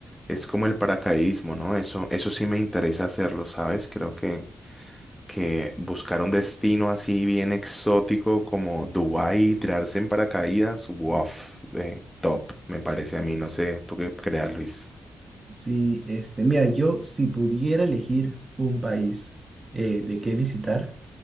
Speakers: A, in the centre; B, on the right.
A: es como el paracaidismo, ¿no? Eso, eso sí me interesa hacerlo, ¿sabes? Creo que que buscar un destino así bien exótico como Dubái y tirarse en paracaídas, wow, top, me parece a mí, no sé, ¿tú qué creas, Luis?
B: Sí, este, mira, yo si pudiera elegir un país eh, de qué visitar,